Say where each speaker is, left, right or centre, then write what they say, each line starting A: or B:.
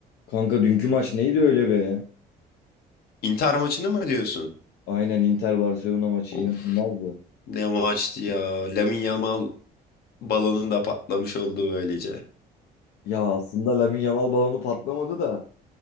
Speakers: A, on the left; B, on the left.
A: Kanka dünkü maç neydi öyle be?
B: Inter maçını mı diyorsun?
A: Aynen Inter Barcelona maçı
B: Of
A: inanılmazdı.
B: ne maçtı ya. Lamine Yamal balonun da patlamış oldu böylece.
A: Ya aslında Lamine Yamal balonu patlamadı da